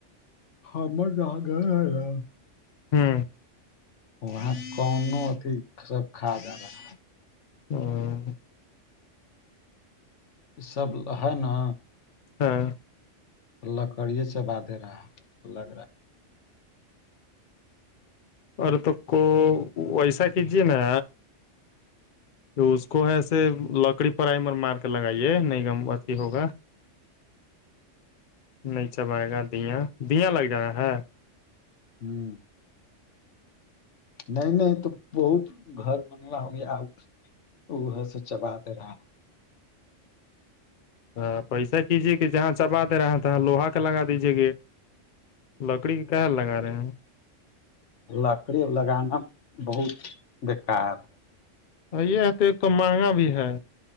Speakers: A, on the left; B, on the left.
A: ہمر جہاں گھر ہے نا <unintelligible>
B: گے
A: وہاں کون اتیھی سب کھا جا رہا ہے <unintelligible>
B: ہوں
A: سب ہے نا
B: ہاں <unintelligible>
A: اللہ کریے چبا دے رہا ہے لگ رہا
B: ارے تو کو ویسا کیجیے نا تو اس کو ایسے لکڑی پر آئیمر مار کے لگائیے نہیںم اتی ہوگا
A: <inaudible> <inaudible>
B: نہیں چب آائے گا دیا دیا لگ جا ہے
A: ہوں <unintelligible> نہیں نہیں تو بہت گھر بنوا ہویا وہ س چبا دے رہا ہے
B: ہ پیسہ کیجیے کہ جہاں چبا دے رہے ہیں توہاں لوہا کے لگا دیجیے گیٹ لکڑی کیار لگا رہے ہیں
A: لکڑی لگانا بہت بیکار ہے
B: یہ ہے تو ایک توم مہنگا بھی ہے